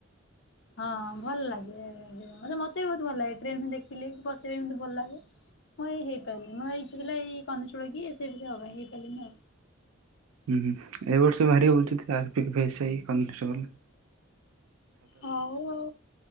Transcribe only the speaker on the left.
ହଁ ଭଲ ଲାଗେ ଏ-ଏ ମତେ ବି ବହୁତ ଭଲ ଲାଗେ ଟ୍ରେନ ଦେଖିଲେ ବସିବାକୁ ଭଲ ଲାଗେ। ମୁଁ <unintelligible> ମୋ ଇଚ୍ଛା ଥିଲା ଏଇ କନେଷ୍ଟବଳ କି ଏସ ଆଇ ଫେଶାଇ ହବା ପାଇଁ ହେଇପାରିଲିନି ଆଉ।
ହଉଉ